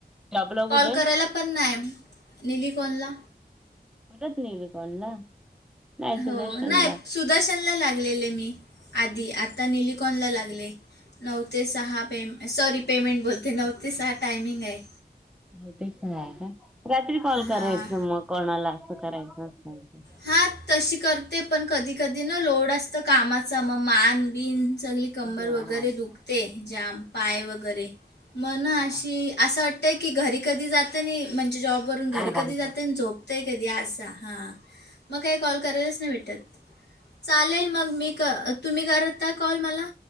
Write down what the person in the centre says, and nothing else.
जॉबला
कुठे
<unintelligible> नाही सुदर्शनला
हो तेच कय का रात्री कॉल
करायचं मग कोणाला असं करायचं असल तर.
हा
हा
आराम
कर.